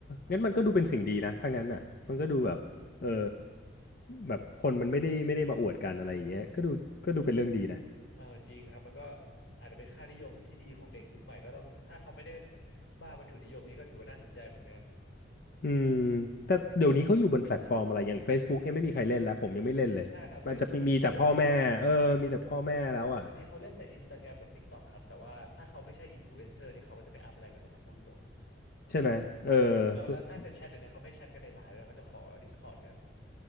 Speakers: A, on the left (about 50°); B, on the left (about 85°).
A: งั้นมันก็ดูเป็นสิ่งดีนะถ้างั้นอ่ะมันก็ดูแบบเออแบบคนมันไม่ได้ไม่ได้มาอวดกันอะไรอย่างเงี้ยก็ดูก็ดูเป็นเรื่องดีนะ
B: เออจริงครับมันก็อาจจะเป็นค่านิยมที่ดีของเด็กยุคใหม่ก็ต้องถ้าเขาไม่ได้บ้าวัตถุนิยมนี้ก็ถือว่าน่าสนใจเหมือนกัน
A: อืมแต่เดี๋ยวนี้เขาอยู่บนแพลตฟอร์มอะไรอย่าง Facebook เนี่ยไม่มีใครเล่นแล้วผมยังไม่เล่นเลยมันจะมีแต่พ่อแม่เออมีแต่พ่อแม่แล้วอ่ะ
B: ใช่ครับ Facebook is dead อันนี้เขาเล่นแต่ Instagram กับ TikTok ครับ แต่ว่าถ้าเขาไม่ใช่อินฟลูเอนเซอร์เนี่ยเขาก็จะไม่อัพอะไรกันเลยครับพูดตรง
A: ใช่ไหมเออ
B: ใช่แล้วแล้วแล้วถ้าจะแชทเดี๋ยวนี้เขาไม่แชทกันในไลน์ด้วยเขาจะขอ
A: สุสุ
B: Discord กัน